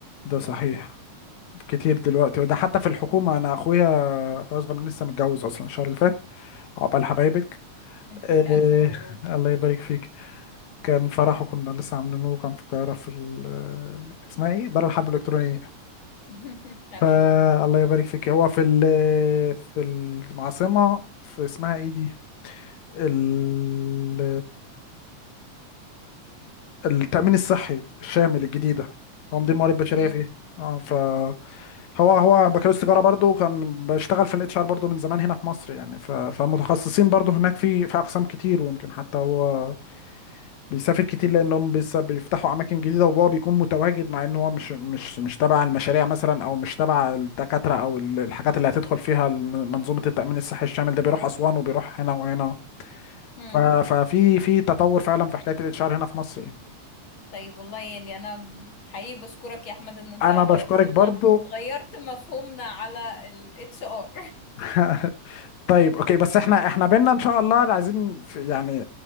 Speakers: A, on the left (about 70°); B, on the left (about 45°).
A: ده صحيح كتير دلوقتي وده حتى في الحكومة انا اخويا اخويا اصغر مني لسه متجوز اصلا الشهر اللي فات عقبال حبايبك
B: <laughs>
A: إيه
B: الف مبروك
A: الله يبارك فيك كان فرحه كنا لسه عاملينه كان في القاهرة في ال- اسمها ايه دار الحرب الإلكترونية
B: <laughs> الف
A: فالله
B: مبروك
A: يبارك فيك هو في ال في العاصمة في اسمها ايه دي ال... التأمين الصحي الشامل الجديد ده تنظيم موارد بشرية
B: مم.
A: فيه اه فهو هو بكالوريوس تجارة برضو كان بشتغل في الاتش ار برضو من زمان هنا في مصر يعني ف... فمتخصصين برضو هناك في في أقسام كتير ويمكن حتى هو بيسافر كتير لأنهم بيس- بيفتحوا أماكن جديدة وهو بيكون متواجد مع إن هو مش مش مش تبع المشاريع مثلا أو مش تبع الدكاترة أو ال- الحاجات اللي هتدخل فيها ال- منظومة التأمين الصحي الشامل ده بيروح أسوان وبيروح هنا وهنا
B: مم.
A: ف- ففي في تطور فعلا في حكايه الاتش ار هنا في مصر يعني
B: طيب والله يعني انا حقيقي بشكرك يا احمد ان انت
A: انا
B: غيرت
A: بشكرك
B: لنا
A: برضو
B: غيرت مفهومنا على الاتش ار
A: <laughs> طيب اوكي بس احنا احنا بينا ان شاء الله عايزين في يعني